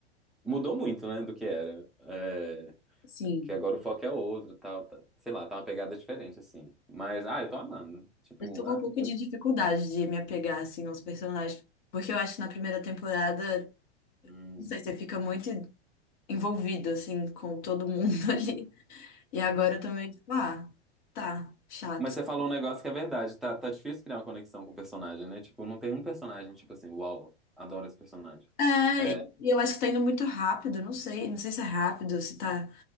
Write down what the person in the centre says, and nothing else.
mudou muito, né, do que era. É,
que agora o foco é outro, tal, tá, sei lá, tá uma pegada diferente, assim. Mas, ah, eu tô amando. Tipo,
ah,
eu-
hum.
Mas você falou um negócio que é verdade, tá, tá difícil criar uma conexão com o personagem, né? Tipo, não tem um personagem, tipo assim, uau, adoro esse personagem.
É